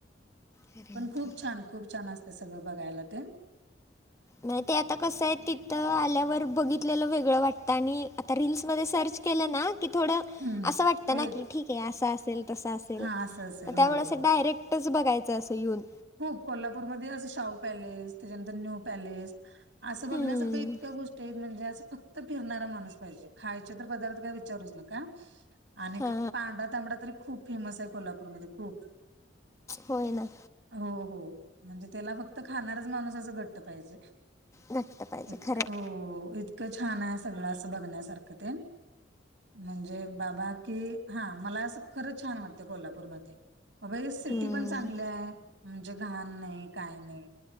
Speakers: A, on the left; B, on the right.
A: खरंय
B: पण खूप
A: की.
B: छान, खूप छान असतय सगळं बघायला तेन.
A: नाही ते आता कसं हाय तिथं आल्यावर बघित आपल्याला वेगळं वाटतं, आणि आता रील्सधे सर्च केलं ना. की थोडं
B: हम्म
A: असं वाटतं
B: वेग
A: ना की ठीकय, असं असेल तसं असेल
B: हा असं असेल हो
A: त्यामुळे अस
B: हो
A: डायरेक्ट तेच बघायचं असं येवून.
B: खूप कोल्हापूरमधे अस शाहू पॅलेस, त्याच्यानंतर न्यू पॅलेस अस बघण्यासारख
A: हम्म
B: इतक्या गोष्टी आहेत म्हणजे अस कुठं फक्त फिरणारा माणूस पाहिजे, खायचे तर पदार्थ काय विचारूच नका. आणि इथ
A: हा
B: पांढरा तांबडा तरी खूप फेमस हाय कोल्हापूरमध्ये खूप.
A: होय ना.
B: हो, हो म्हणजे त्याला फक्त खाणारच माणूस असं घट्ट पाहिजे.
A: घट्ट पाहिजे
B: इतकं
A: खरं
B: ओ-इत इतक छाना हाय सगळं असं बघण्यासारखं तेन, म्हणजे बाबा की हा मला अस खरंच छान वाटत कोल्हापूरमध्ये, अब सिटी
A: हम्म
B: पण चांगली हाय. म्हणजे घाण नाही, काय नाही